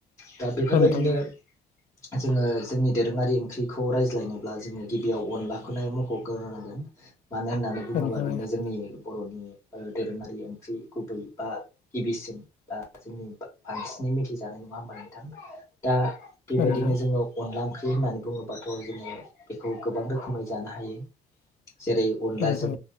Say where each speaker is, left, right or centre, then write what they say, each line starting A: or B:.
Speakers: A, on the left; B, on the left.
A: दा बेफोरबायदिनो
B: नोंथां
A: जोंङो जोंनि दोरोङारि ओंख्रिखौ रायज्लायनोब्ला जोंङो गिबियाव अनलाखौनो मख ग्रोनांगोन मानो होननानै बुंङोबा
B: औ नोंथां
A: बेनो
B: औ
A: जोंनि बर'नि दोरोंङारि ओंख्रि गुबै बा गिबिसिन बा जोंनि बांसिनै मिथिजानाय नङा ओमबा नोंथां दा बेबायदिनो
B: नोंथां
A: जोङो अनला ओंख्रि होननानै बुङोबाथ' जोङो बेखौ गोबां रोखोमै जानो हायो जेरै अनलाजों
B: औ नोंथां